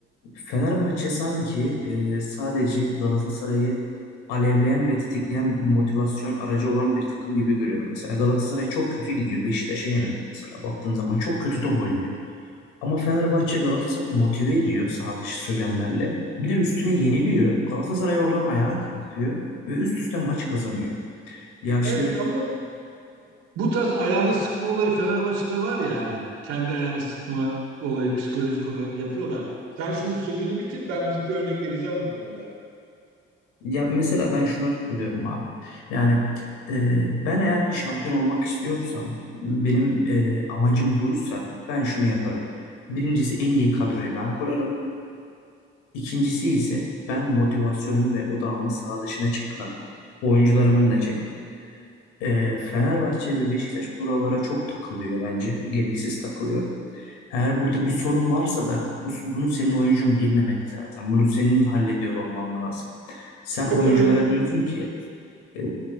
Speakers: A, on the left; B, on the right.
A: Fenerbahçe sanki e, sadece Galatasaray'ı alevleyen ve tetikleyen motivasyon aracı olan bir takım gibi görüyorum. Mesela Galatasaray çok kötü gidiyor. Beşiktaş'a yenildi mesela. Baktığın zaman çok kötü top oynuyor. Ama Fenerbahçe Galatasaray'ı motive ediyor saha dışı söylemlerle. Bir de üstüne yeniliyor. Galatasaray oradan ayağa kalkıyor ve üst üste maç kazanıyor. Ya şimdi
B: Evet ama Bu tarz ayağını sıkma olayı Fenerbahçe'de var yani. Kendi ayağını sıkma olayı psikolojik olarak yapıyorlar. Sen şimdi sözünü bitir. Ben bir iki örnek vereceğim bu konuda.
A: ya mesela ben şuna tutuluyorum abi. Yani e, ben eğer ki şampiyon olmak istiyorsam benim e, amacım buysa ben şunu yaparım. Birincisi en iyi kadroyu ben kurarım. İkincisi ise ben motivasyonumu ve odağımı saha dışına çekmem. Oyuncularımın da çekmem. Ee, Fenerbahçe ve Beşiktaş buralara çok takılıyor bence. Gereksiz takılıyor. Eğer burada bir sorun varsa da bu, bunu senin oyuncun bilmemeli zaten. Bunu senin hallediyor olman lazım. Sen oyunculara
B: Çok önemli bir...
A: diyorsun ki e,